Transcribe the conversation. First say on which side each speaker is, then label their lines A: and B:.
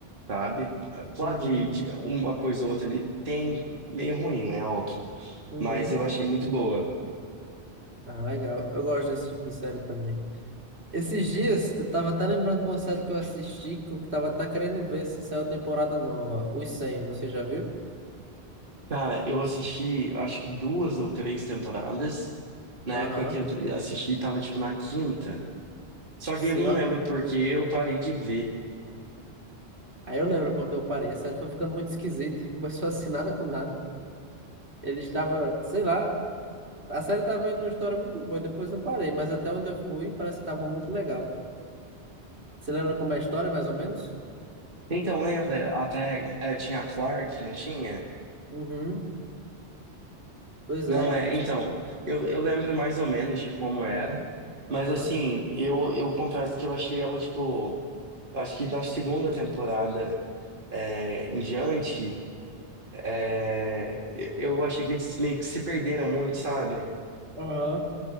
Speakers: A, on the right (about 50°); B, on the right (about 70°).
A: sabe? Claro
B: Uhum,
A: que de- uma coisa ou outra ali tem meio ruim, né? Óbvio.
B: uhum.
A: Mas eu achei muito boa.
B: Ah, legal. Eu gosto desse tipo de série também. Esses dias, eu tava até lembrando de uma série que eu assisti, que eu tava até querendo ver se saiu temporada nova. Os 100, você já viu?
A: Cara, eu assisti, eu acho que duas ou três temporadas. Na
B: Aham.
A: época que eu assisti, tava tipo na quinta. Só
B: Sim,
A: que eu não
B: ó.
A: lembro porque eu parei de ver.
B: Aí eu lembro porque eu parei. A série foi ficando muito esquisita. <laughs> Começou assim, nada com nada. Ele estava, sei lá, a série tava indo uma história muito boa. Depois eu parei, mas até onde eu fui, parece que tava muito legal. Você lembra como é a história, mais ou menos?
A: Então, lembra? Até é, tinha a Clark, não tinha?
B: Uhum. Pois
A: Não,
B: é.
A: é.
B: Tipo,
A: Então, eu, eu lembro mais ou menos de como era.
B: aham.
A: Mas assim, eu, eu confesso que eu achei ela, tipo. Acho que na segunda temporada é, em diante, é, eu eu achei que eles meio que se perderam muito, sabe?
B: Aham.